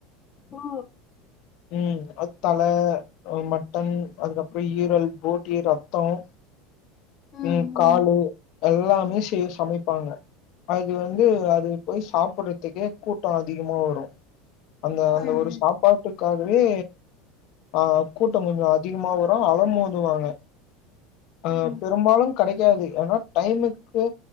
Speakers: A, on the left (about 35°); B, on the left (about 60°).
A: ஓ
B: உஹம் தலை மட்டன் அதுக்கப்புறம் ஈரல் போட்டி ரத்தோம்
A: ம்
B: உம்
A: ம்
B: காலு எல்லாமே செய் சமைப்பாங்க அது வந்து அது போய் சாப்பிடுறதுக்கே கூட்டம் அதிகமா வரும் அந்த அந்த
A: ம்
B: ஒருஸ் ட்டுக்காகவே ஆஹ் கூட்டம் கொஞ்சம் அதிகமா வரும் அல மோதுவாங்க அஹ்
A: ம்
B: பெரும்பாலு கிடைக்காது ஏன்னா டைமுக்கு